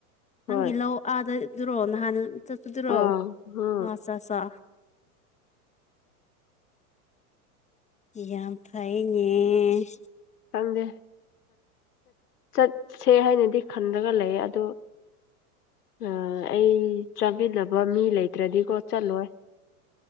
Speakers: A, on the left (about 85°); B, on the left (about 15°).
A: ꯍꯣꯏ
B: ꯅꯪꯒꯤ ꯂꯧ ꯑꯥꯗꯗꯨꯔꯣ ꯅꯍꯥꯟ ꯆ ꯑꯗꯨꯔꯣ
A: ꯑꯥ ꯎꯝ
B: ꯆ ꯆꯁ ꯌꯥ ꯐꯥꯏꯅꯦꯅꯦ
A: ꯈꯪꯗꯦ ꯆꯠꯁꯦ ꯍꯥꯏꯅꯗꯤ ꯈꯟꯂꯒ ꯂꯩꯌꯦ ꯑꯗꯨ ꯑ ꯑꯩ ꯆꯥꯕꯤꯅꯕ ꯃꯤ ꯂꯩꯇ꯭ꯔꯗꯤꯀꯣ ꯆꯠꯂꯣꯏ